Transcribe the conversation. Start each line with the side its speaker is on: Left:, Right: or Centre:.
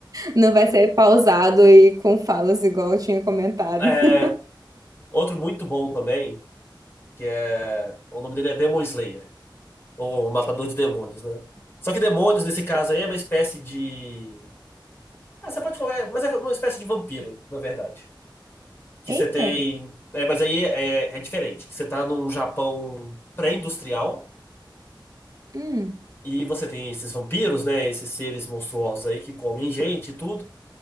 Right: Não vai ser pausado e com falas igual eu tinha comentado.
Left: É,
Right: <laughs>
Left: outro muito bom também, que é. O nome dele é Demon Slayer, ou Matador de Demônios, né? Só que demônios, nesse caso aí, é uma espécie de. Ah, você pode falar, Mas é uma espécie de vampiro, na verdade. Que
Right: Eita!
Left: você tem. É, mas aí é, é diferente. Que você tá num Japão pré-industrial
Right: Hum.
Left: e você tem esses vampiros, né? Esses seres monstruosos aí que comem gente e tudo.